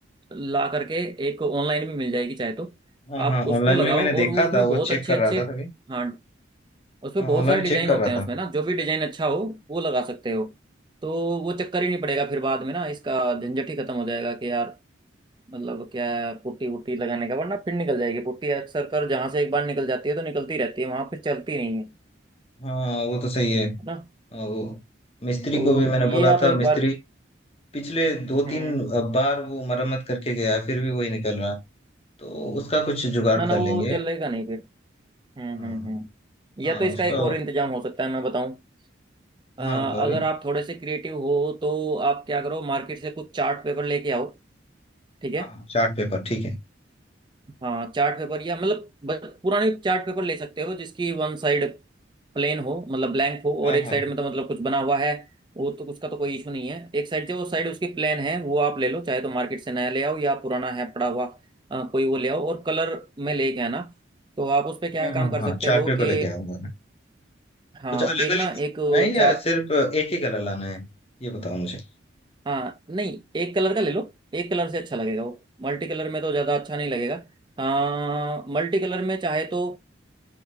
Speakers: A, on the right; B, on the left.
A: ला करके एक ऑनलाइन भी मिल जाएगी चाहे तो
B: हाँ
A: आप
B: हाँ
A: उसको
B: ऑनलाइन
A: लगाओ
B: में मैंने देखा
A: और वो उसमें
B: था वो
A: बहुत
B: चेक
A: अच्छे
B: कर रहा
A: अच्छे
B: था तभी
A: हाँ उसमें
B: हाँ
A: बहुत
B: ऑनलाइन
A: सारे डिजाइन
B: चेक कर
A: होते
B: रहा
A: हैं
B: था
A: उसमें ना जो भी डिजाइन अच्छा हो वो लगा सकते हो तो वो चक्कर ही नहीं पड़ेगा फिर बाद में ना इसका झंझट ही खत्म हो जाएगा कि यार मतलब क्या है, पुट्टी वुट्टी लगाने का वरना फिर निकल जाएगी पुट्टी अक्सर कर जहां से एक बार निकल जाती है तो निकलती रहती है वहां फिर चलती नहीं है है
B: हाँ वो तो सही है
A: ना
B: हाँ, वो मिस्त्री
A: तो
B: को भी मैंने
A: ये
B: बोला
A: आप
B: था
A: एक
B: मिस्त्री
A: बार
B: पिछले दो
A: हम्म
B: तीन बार वो मरम्मत करके गया है, फिर भी वही निकल रहा है तो उसका कुछ जुगाड़
A: ना ना
B: कर
A: वो
B: लेंगे
A: चलेगा नहीं फिर हम्म
B: हाँ
A: हम्म हम्म।
B: हाँ
A: या तो इसका
B: उसका
A: एक और इंतजाम हो सकता है मैं बताऊं अ,
B: हाँ बताओ
A: अगर
B: भाई
A: आप थोड़े से क्रिएटिव हो तो आप क्या करो मार्केट से कुछ चार्ट पेपर लेके आओ ठीक है
B: हाँ चार्ट पेपर ठीक है
A: हाँ चार्ट पेपर या मतलब ब- पुराने चार्ट पेपर ले सकते हो जिसकी वन साइड प्लेन हो मतलब ब्लैंक हो
B: हाँ
A: और एक
B: हाँ
A: साइड में तो मतलब कुछ बना हुआ है वो तो उसका तो कोई इशू नहीं है एक साइड जो साइड उसकी प्लेन है वो आप ले लो चाहे तो मार्केट से नया ले आओ या पुराना है पड़ा हुआ अ, कोई वो ले आओ और कलर में लेके आना तो आप उस पे क्या
B: हाँ
A: काम
B: हाँ
A: कर
B: हाँ
A: सकते
B: चार्ट
A: हो
B: पेपर
A: कि
B: लेके आऊंगा
A: हाँ
B: कुछ अलग
A: एक
B: अलग
A: ना एक
B: लाना है या
A: चार्ट
B: सिर्फ एक ही कलर लाना है ये बताओ मुझे
A: हाँ नहीं एक कलर का ले लो एक कलर से अच्छा लगेगा वो मल्टी कलर में तो ज्यादा अच्छा नहीं लगेगा हाँ मल्टी कलर में चाहे तो